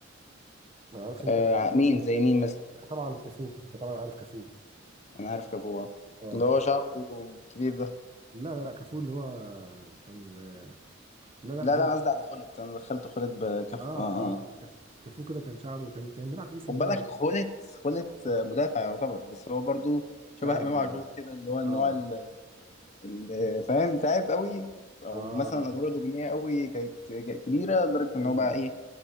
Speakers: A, on the right; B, on the left.
A: ما اعرفش انت
B: آه مين زي مين مثلا
A: طبعا كافو انت طبعا عارف كافو
B: انا عارف كافو
A: اه
B: اللي هو
A: كافو
B: شعره
A: طبعا
B: كبير ده
A: لا لا لا كافو اللي هو كان لا لا
B: لا
A: هو
B: لا أنا قصدي على خلت انا دخلت خلت بكافو
A: اه
B: آه
A: اه
B: آه.
A: كاف- كافو كده كان شعره كان كان بيلعب في اي سي
B: خد
A: ميلان
B: بالك خولة خولة مدافع يعتبر بس هو برضو شبه
A: لاعب
B: امام عاشور كده اللي هو النوع
A: اه
B: ال- اللي فاهم تعب قوي او
A: اه
B: مثلا ادواره الهجوميه قوي كانت كبيره لدرجه ان
A: امم
B: هو بقى ايه